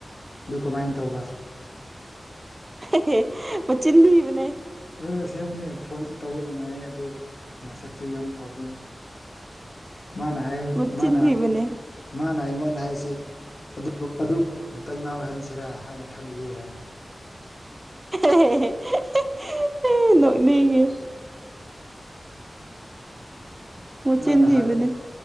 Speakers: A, on the left (about 45°); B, on the right (about 25°).
A: ꯑꯗꯨ ꯀꯃꯥꯏꯟ ꯇꯧꯕ
B: ꯍꯦ ꯍꯦ ꯃꯆꯤꯟ ꯊꯤꯕꯅꯦ
A: ꯑꯣꯏ ꯑꯁꯦꯡꯕꯅꯦ ꯐꯣꯟꯁꯨ ꯇꯧꯕ ꯅꯨꯡꯉꯥꯏꯌꯦ ꯑꯗꯨ ꯃꯁꯛꯁꯨ ꯌꯥꯝ ꯐꯕꯅꯦ ꯃꯥꯅ ꯍꯥꯏ
B: ꯃꯆꯤꯟ
A: ꯃꯥꯅ
B: ꯊꯤꯕꯅꯦ
A: ꯃꯥꯅ ꯑꯩꯉꯣꯟꯗ ꯍꯥꯏꯁꯦ ꯑꯗꯨ ꯑꯗꯨ ꯅꯇꯩ ꯅꯥꯎ ꯑꯣꯏꯍꯟꯁꯤꯔꯥ ꯍꯥꯏꯅ ꯈꯜꯂꯤꯌꯦ ꯍꯥꯏꯅꯤ
B: ꯍꯦ ꯍꯦ ꯍꯦ ꯍꯦ ꯍꯦ ꯅꯣꯛꯅꯤꯡꯉꯦ꯫ ꯃꯆꯤꯟ
A: ꯗꯨꯃꯥꯏꯅ
B: ꯊꯤꯕꯅꯦ
A: ꯍꯥꯏꯌꯦ